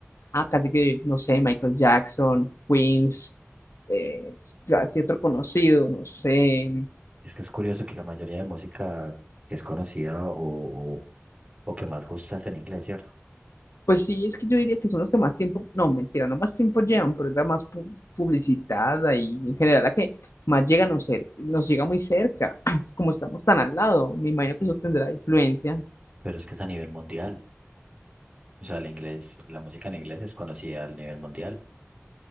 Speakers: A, on the left; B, on the right.
A: Ah, casi que, no sé, Michael Jackson, Queens, eh, ya así otro conocido, no sé.
B: Es que es curioso que la mayoría de música que es conocida o, o, o que más gusta es en inglés, ¿cierto?
A: Pues sí, es que yo diría que son los que más tiempo, no, mentira, no más tiempo llevan, pero es la más pu- publicitada y en general la que más llega a nos, cer- nos llega muy cerca, <clears throat> como estamos tan al lado, me imagino que eso tendrá influencia,
B: Pero es que es a nivel mundial. O sea, el inglés, la música en inglés es conocida a nivel mundial.